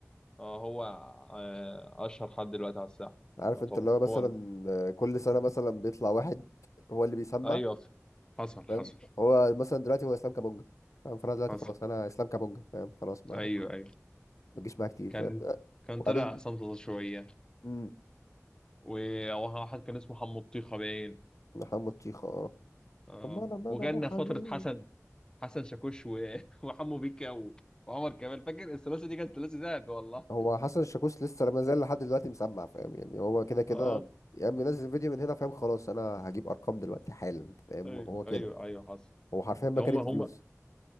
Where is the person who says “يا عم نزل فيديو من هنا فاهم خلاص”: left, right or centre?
Left